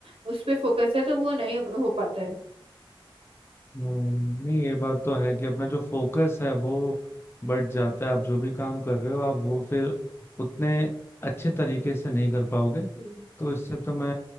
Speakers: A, on the right; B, on the left.
A: उस पे फोकस है तो वो नहीं हो हो पाता है
B: हम्म, नहीं ये बात तो है कि अपना जो फोकस है वो बढ़ जाता है आप जो भी काम कर रहे हो आप वो फिर उतने अच्छे तरीके से नहीं कर पाओगे
A: हम्म।
B: तो इससे तो मैं